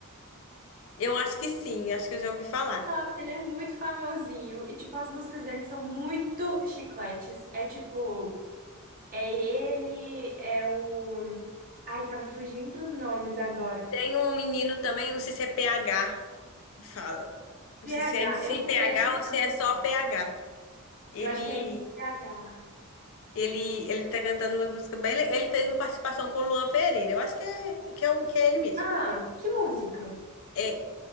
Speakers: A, on the left; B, on the right.
A: Eu acho que sim, acho que eu já ouvi falar.
B: Nossa, ele é muito famosinho e tipo as músicas dele são muito chicletes. É tipo, é ele, é o Ai, tá me fugindo dos nomes agora.
A: Tem um menino também, não sei se é PH, que fala. Não
B: PH,
A: sei se é MC
B: eu
A: PH
B: conheço
A: ou
B: também.
A: se é só PH. Ele,
B: Eu acho que é MCPH.
A: ele, ele tá cantando umas músicas bem. le- Ele fez uma participação com o Luan Pereira. Eu acho que é, que é, o- que é ele mesmo.
B: Ah, que música?
A: É,